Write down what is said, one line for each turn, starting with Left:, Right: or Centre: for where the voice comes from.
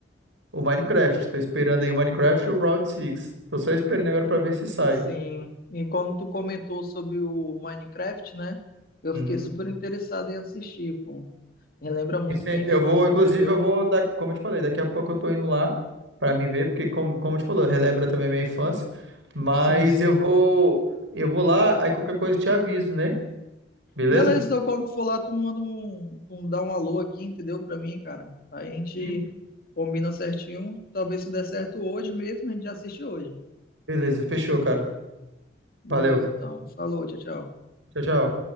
Right: o Minecraft. Tô esperando aí o Minecraft e o Round Six Tô só esperando agora pra ver se sai.
Left: Sim. E quando tu comentou sobre o Minecraft, né? Eu
Right: Uhum.
Left: fiquei super interessado em assistir, pô. Relembra muito
Right: Esse-
Left: minha
Right: é, eu
Left: infância,
Right: vou, inclusive,
Left: entendeu?
Right: eu vou dar, como eu te falei, daqui a pouco eu tô indo lá pra me ver, porque como, como eu te falou, relembra também minha infância. Mas
Left: Sim, sim.
Right: eu vou, eu vou lá, aí qualquer coisa eu te aviso, né? Beleza?
Left: Beleza, então quando tu for lá, tu manda um, tu dá um alô aqui, entendeu? Pra mim, cara. Aí a gente
Right: Sim.
Left: combina certinho. Talvez se der certo hoje mesmo, a gente já assiste hoje.
Right: Beleza, fechou, cara.
Left: Beleza,
Right: Valeu.
Left: então. Falou, tchau, tchau.
Right: Tchau, tchau.